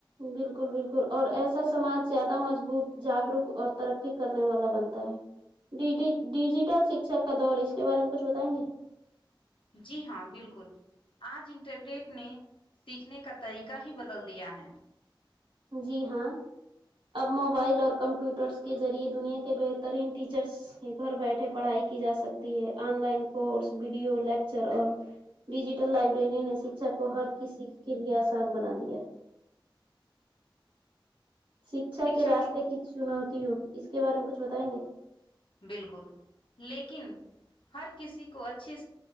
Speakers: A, on the right; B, on the left.
A: بالکل بالکل اور ایسا سماج زیادہ مضبوط جاگروک اور ترقی کرنے والا بنتا ہے ڈی ڈی ڈیجیٹل شکچھا کا دور اس کے بارے میں کچھ بتائیں گے
B: جی ہاں بالکل آج انٹرنیٹ نے سیکھنے کا طریقہ ہی بدل دیا ہے
A: جی ہاں اب موبائل اور کمپیوٹرس کے ذریعے دنیا کے بہترین ٹیچرس گھر بیٹھے پڑھائی کی جا سکتی ہے online course video lecture اور ڈیجیٹل لائبریری نے شکچھا کو ہر کسی کے لیے آسان بنا دیا شکچھا
B: شکشک
A: کے راستے کی چنوتی ہو اس کے بارے میں کچھ بتائیں گے
B: بالکل لیکن ہر کسی کو اچھی